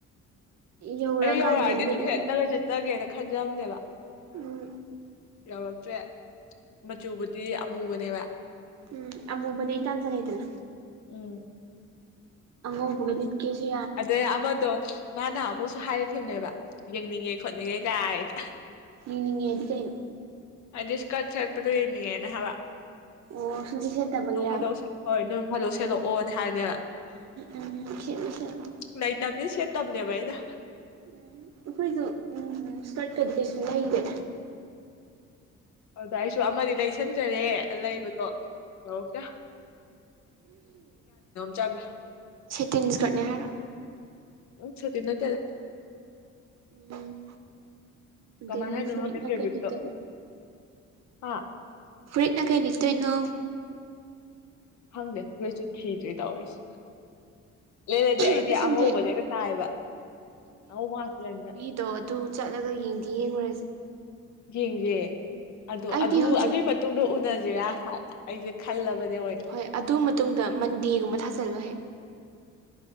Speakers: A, on the right; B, on the left.
A: ꯌꯧꯔꯛꯑꯀꯥꯟꯗ
B: ꯑꯗꯨ ꯌꯧꯔꯛꯑꯗꯤ
A: ꯂꯤꯠꯂꯝꯃꯦ
B: ꯑꯗꯨ ꯍꯦꯟꯅꯒ ꯆꯠꯆꯒꯦꯅ ꯈꯟꯖꯕꯅꯦꯕ
A: ꯎꯝ
B: ꯌꯥꯎꯔꯛꯇ꯭ꯔꯦ ꯃꯆꯨꯕꯨꯗꯤ ꯑꯃꯨꯕꯅꯦꯕ
A: ꯎꯝ ꯑꯃꯨꯕꯅ ꯑꯩ ꯇꯥꯟꯖꯔꯦꯗꯅ
B: ꯎꯝ
A: ꯑꯃꯉꯕꯨꯒ ꯂꯤꯠ ꯀꯁꯤ
B: ꯑꯗꯩ ꯑꯃꯗꯣ ꯃꯥꯅ ꯑꯃꯨꯛꯁꯨ ꯍꯥꯏꯔꯛꯈꯤꯕꯅꯦꯕ ꯌꯦꯡꯅꯤꯡꯉꯦ ꯈꯣꯠꯅꯤꯡꯉꯦ ꯀꯥꯏꯅ
A: ꯌꯦꯡꯅꯤꯡꯑ ꯗꯤ ꯀꯩꯅꫭ
B: ꯍꯥꯏꯗꯤ ꯏꯁꯀꯔꯠ ꯁꯦꯠꯄꯗꯣ ꯌꯦꯡꯅꯤꯡꯉꯦꯅ ꯍꯥꯏꯕ
A: ꯑꯣ ꯁꯨꯡꯁꯦꯠ ꯁꯦꯠꯇꯕꯒꯤꯔꯕ
B: ꯅꯣꯡ ꯐꯥꯗꯣꯛꯁꯦ ꯍꯣꯏ ꯅꯣꯏ ꯐꯥꯗꯣꯛ ꯁꯦꯂꯛꯑꯣ ꯍꯥꯏꯕꯅꯤꯅ
A: ꯎꯝ ꯁꯦꯠꯂꯨ ꯁꯦꯠꯂꯨ
B: ꯂꯩꯇꯕꯅꯤ ꯁꯦꯠꯇꯕꯅꯦꯕ ꯑꯩꯅ
A: ꯎꯝ ꯑꯩꯈꯣꯏꯁꯨ ꯎꯝ ꯏꯁꯀꯔꯠꯀꯗꯤ ꯀꯩꯁꯨ ꯂꯩꯗ꯭ꯔꯦ
B: ꯑꯗ ꯑꯩꯁꯨ ꯑꯃꯗꯤ ꯂꯩꯁꯟꯖꯔꯦ ꯂꯩꯕꯗꯣ ꯌꯥꯔꯇꯦ ꯆꯪꯉꯦ
A: ꯁꯦꯇꯤꯟꯁꯀꯔꯅꯦ ꯍꯥꯏꯔꯣ
B: ꯎ ꯁꯇ ꯅꯣꯠꯇꯔ
A: ꯎꯝ ꯑꯗꯒꯤ
B: ꯀꯃꯥꯏ ꯍꯥꯏꯅꯣ
A: ꯐꯨꯔꯤꯠꯅ
B: ꯈꯪꯗꯦ ꯐꯦꯕ꯭ꯔꯤꯛꯇꯣ
A: ꯀꯩ ꯂꯤꯠꯇꯣꯏꯕ
B: ꯍꯥ
A: ꯐꯔꯤꯠꯅ ꯀꯩ ꯂꯤꯠꯇꯣꯏꯅꯣ
B: ꯈꯪꯗꯦ ꯐꯨꯔꯤꯠꯁꯨ ꯊꯤꯗ꯭ꯔꯤ ꯇꯧꯔꯤꯁꯤ ꯂꯤꯠꯂꯗꯤ ꯑꯩꯗꯤ
A: ꯑꯗꯨ ꯁꯟꯗꯦ
B: ꯑꯉꯧꯕꯁꯦ ꯍꯦꯛꯇ ꯇꯥꯏꯕ ꯑꯉꯧꯕ ꯉꯥꯛꯇ ꯂꯩꯕꯅꯤꯅ
A: ꯑꯗꯣ ꯑꯗꯨ ꯆꯠꯂꯒ ꯌꯦꯡꯗꯤ ꯌꯦꯡꯉꯨꯔꯁꯦ
B: ꯌꯦꯡꯁꯦ ꯑꯗꯨ
A: ꯑꯩꯗꯤ
B: ꯑꯗꯨ
A: ꯍꯧꯖꯤꯛ
B: ꯑꯗꯨꯒꯤ ꯃꯇꯨꯡ ꯇꯣꯡꯗꯣ ꯎꯅꯁꯤꯔꯥ ꯑꯩꯁꯦ ꯈꯜꯂꯕꯅꯦ ꯑꯣꯏꯅ
A: ꯍꯣꯏ ꯑꯗꯨ ꯃꯇꯨꯡꯗ ꯃꯟꯗꯦꯒꯨꯝꯕ ꯊꯥꯖꯜꯂꯣꯍꯦꯛ